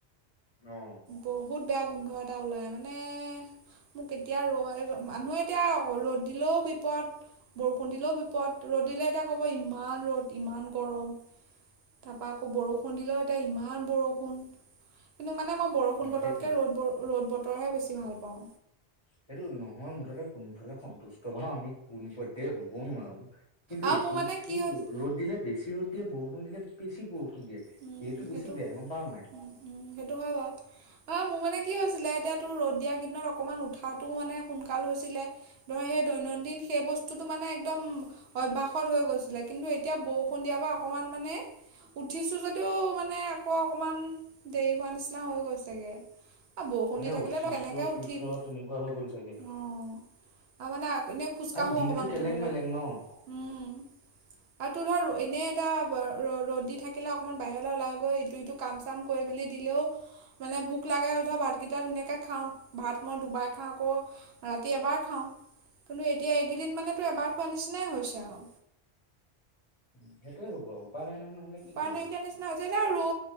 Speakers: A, on the left; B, on the right.
A: অ
B: বহুত বেয়া গোন্ধ গোন্ধ এটা ওলাই মানে মোক এতিয়া ৰ মানুহে এতিয়া ৰ'দ দিলেও বিপদ বৰষুণ দিলেও বিপদ ৰ'দ দিলে এতিয়া ক'ব ইমান ৰ'দ ইমান গৰম। তাৰপাক আকৌ বৰষুণ দিলেও এতিয়া ইমান বৰষুণ কিন্তু মানে মই। বৰষুণ
A: অ
B: বতকে
A: সেইটোৱে
B: ৰ'বোৰ ৰ'দ ব ৰ'দ হে বেছি ভাল পাওঁ।
A: সেইটো নহয় মুঠতে কোনোফালে সন্তুষ্ট বওঁ আমি কোনোও। দে হ'ব নোৱাৰো কিন্তু
B: আৰু
A: এইটোত
B: মোৰ মানে
A: ঠিক
B: কি হৈছে
A: ৰ'দ দিলে বেছি ৰ'দ দিয়ে বৰষুণ দিলে বেছি বৰষুণ দিয়ে।
B: উম
A: বেছি
B: সেইটো
A: বেয়া
B: উ
A: গম পাৱ নাই
B: উম সেইটো হয় বাৰু। অ মোৰ মানে কি হৈছিলে এতিয়া তোৰ ৰ দ দিয়া কেইদিনত অকমান উঠাটো মানে সোনকাল হৈছিলে ধৰ সেই দৈনন্দিন সেই বস্তুতটো মানে একদম অভ্যাসত হৈ গৈছিলে কিন্তু এতিয়া ব। সন্ধিয়াৰ পৰা অকণমান মানে। উঠিছো যদিও মানে আকৌ অকণমান দেৰি হোৱা নিচিনা হৈ গৈছেগে। বৰষুণ
A: মানে
B: দি থাকিলে
A: উঠিছো
B: তো এনেকে
A: শুইছো
B: উঠিবি
A: তেনেকুৱা হৈ গ'ল চাগে
B: অঁ আৰু মানে এনে খোজকাঢ়ো
A: আৰু দিনটো
B: অকমান
A: কেলেং
B: উঠি পেলাই
A: মেলেং ন উ
B: উম আৰু তোৰ ধৰ এনে এটা ৰ'দ দি থাকে। থাকিলে অকণমান বাহিৰলৈ ওলাই গৈ ইটো ইটো কাম চাম কৰি মেলি দিলেও মানে ভোক লাগে ধৰ ভাতকেইটা ধুনীয়াকৈ খাওঁ ভাত মই দুবাৰ খাওঁ আকৌ ৰাতি এবাৰ খাওঁ। কন্তু এয়া এইকেইদিনা তো এবাৰ খোৱা নিছিলা। হৈছে আঁও।
A: উ সেইটোয়ে হব উপায় নাই নহয় নহ'লে কি।
B: পোৱা
A: কৰিবি
B: নাইকিয়াই নিচিনা হৈছে দে আৰু।